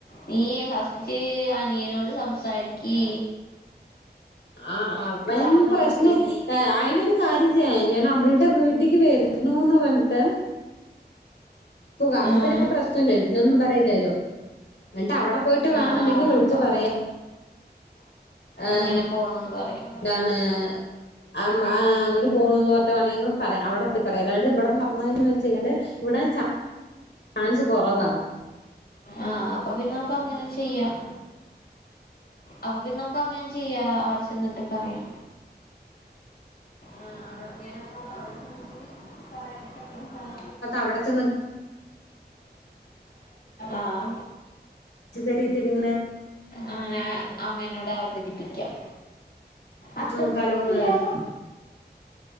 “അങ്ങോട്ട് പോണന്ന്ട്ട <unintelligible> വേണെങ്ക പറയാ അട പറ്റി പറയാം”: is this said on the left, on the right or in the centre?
Left